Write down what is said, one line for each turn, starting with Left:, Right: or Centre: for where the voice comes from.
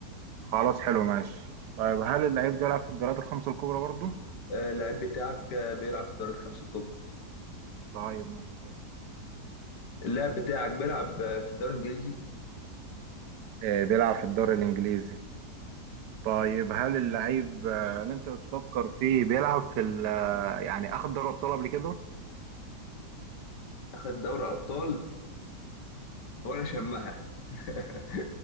Right: خلاص حلو ماشي طيب هل اللعيب ده بيلعب في الدوريات الخمسه الكبرى برضو
Left: آه، اللاعب بتاعك آه، بيلعب في الدوريات الخمسه الكبرى
Right: طيب ماشي خش
Left: اللاعب بتاعك بيلعب آه، في الدوري الانجليزي
Right: آه، بيلعب في الدوري الانجليزي طيب هل اللعيب آه، اللي انت بتفكر فيه بيلعب في ال آه، يعني اخد دوري ابطال قبل كده
Left: اخد دوري ابطال وانا شمها <laughs>